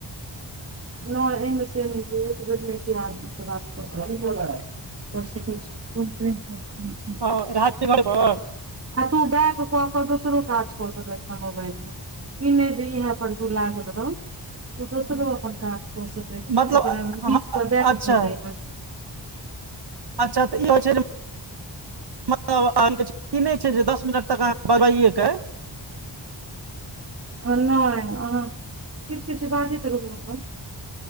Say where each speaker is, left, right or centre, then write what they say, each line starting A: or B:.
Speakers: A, on the right; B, on the right.
A: ने एहिमे से नय एक बेर में एके आदमी सब कह सके छी <unintelligible>
B: झा घर पर
A: आ तू बैग कऽ कऽ तऽ दोसरो काज कऽ सकै छै मोबाइल में ई नहिं जे इह पर तू लागल रह तू दोसरो‌अपन‌काज क हो सकै छै
B: मतलब
A: एकरा बीच
B: अच्छा
A: सऽ बैक भऽ जाइ हे
B: अच्छा तऽ ई होई छै मतलब ई नहि छै जे दस मिनट तक अहाँ बढ़ाए कऽ
A: ओ नहि अहा किछ किछ बाजैत रहू अपन